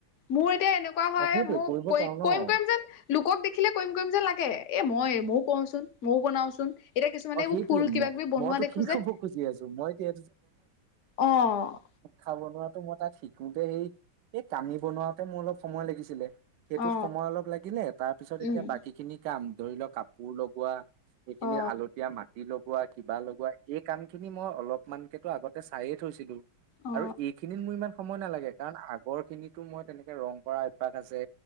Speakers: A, on the left; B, on the right.
A: মোৰ এনেকুৱা হয়
B: অ সেইটোৱে
A: মোৰ
B: কৰিব পাৰো ন
A: কৰিম কৰিম যেন লোকক দেখিলে কৰিম কৰিম যেন লাগে, এ মই ময়ও কৰোচোন মইও বনাওচোন। এতিয়া কিছুমানে
B: অ
A: এইবোৰ
B: সেইটোৱে
A: ফুল কিবা
B: ম
A: কিবি বনোৱা
B: মইতো
A: দেখো
B: কি
A: যে,
B: কব খুজি আছো মই এতিয়া
A: অ'।
B: খাব নোৱাৰাটো মই তাত শিকোতে সেই এই কামি বনোৱাতে মোৰ অলপ সময় লাগিছিলে। সেইটোত
A: অ
B: সময় অলপ লাগিলে, তাৰ পিছত এতিয়া
A: উম
B: বাকী খিনি কাম ধৰি ল কাপোৰ লগোৱা এইখিনি
A: অ
B: আলত তিয়া মাটি লগোৱা, কিবা লগোৱা, এই কাম খিনি মই অলপমানকেতো আগতে চাইয়ে থৈছিলো।
A: অ
B: আৰু এইখিনিত মোৰ ইমান সময় নালাগে। কাৰণ আগৰ খিনিতো মই তেনেকে ৰং কৰা অভ্যাস আছে।